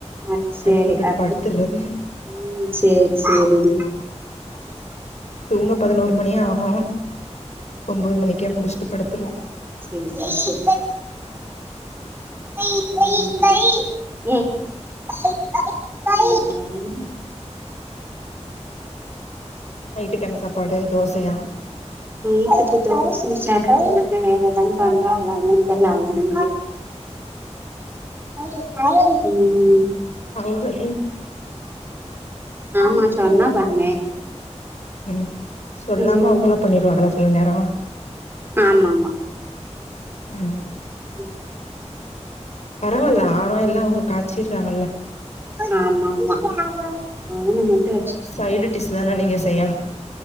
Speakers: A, on the right (about 20°); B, on the left (about 70°).
A: அ சேரி
B: அனுப்பிவுட்டுட்டு
A: அப்டி
B: படுத்துர்றது
A: ம் சேரி சேரிடீ
B: தூங்க பதினோரு மணி ஆகு உம்பது மணிக்கே முடிஷ்ட்டு படுத்துருவோ
A: செரிடீ சே <unintelligible>
B: நைட்டுக்கு என்ன சாப்பாடு தோசையா
A: நைட்டுக்கு தோச சட்னி இல்லனா வேற எதனா பண்றாங்களானு தெர்ல அவுங்க <unintelligible> ம்
B: அங்கள்
A: ஆமா சொன்னா பண்ணுவே
B: ம் சொல்லாம
A: ம்
B: அவுகளா பண்ணிடுவாகளா சில நேரோ
A: ஆமா ஆமா
B: ம்
A: <inaudible>
B: பரவால்ல ஆனா எல்லா அவுங்க காச்சிற்றாங்கல்ல
A: ஆமா ஆமா அவுங்கமட்டு
B: சைடு டிஷ் வேணா நீங்க செய்யணு